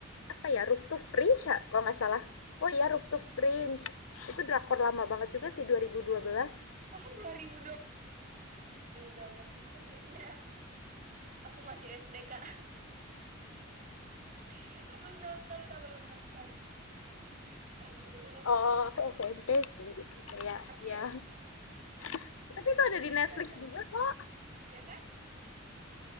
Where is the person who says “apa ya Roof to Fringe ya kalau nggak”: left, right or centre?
Left